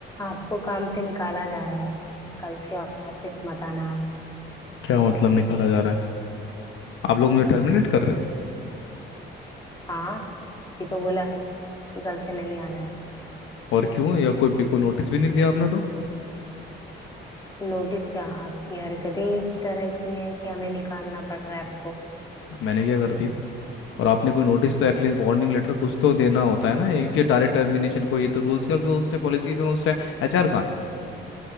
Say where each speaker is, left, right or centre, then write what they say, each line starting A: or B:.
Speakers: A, on the left; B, on the left.
A: आपको काम से निकाला जा रहा है कल से ऑफिस मत आना आप
B: क्या मतलब निकाला जा रहा है आप लोग मुझे टर्मिनेट कर रहे हो
A: हाँ तभी तो बोला कि कल से नहीं आना है
B: और क्यों या कोई भी कोई नोटिस भी नहीं दिया आपने तो
A: नोटिस क्या आपकी हरकतें ही इस तरह की हैं कि हमें निकालना पड़ रहा है आपको
B: मैंने क्या कर दिया और आपने कोई नोटिस तो एटलीस्ट वार्निंग लेटर कुछ तो देना होता है ना ये कि डायरेक्ट टर्मिनेशन को ये तो रूल्स का अगेंस्ट है पॉलिसी का अगेंस्ट है एचआर कहाँ है